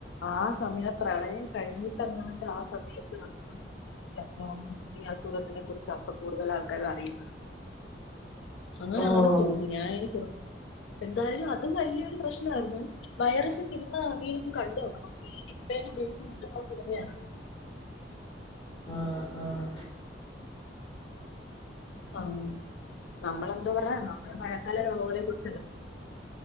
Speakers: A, on the left (about 80°); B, on the left (about 25°).
A: ആ സമയത്താണ് കഴിഞ്ഞിട്ടങ്ങാണ്ട് ആ സമയത്ത് വന്ന ഈ അസുഖങ്ങള്. ഈ അസുഖത്തിനെ കുറിച്ച് അപ്പൊ കൂടുതൽ ആൾക്കാരും അറിയുന്നത്. അങ്ങനെ
B: ഓഹ്
A: ആണെന്ന് തോന്നുന്നു ഞാൻ ഇ പുറ എന്തായാലും അ അതു വലിയൊരു പ്രശ്നമായിരുന്നു വൈറസ് സിനിമ പി കണ്ടു നോക്കണം, ഈ നിപ്പനെ ഉപയോഗിച്ചിട്ടുള്ള സിനിമയാണ്.
B: ആഹ് ആഹ്
A: ആഹ് നമ്മളെന്തോ പറയാനാ നമ്മള് മഴക്കാല രോഗങ്ങളെ കുറി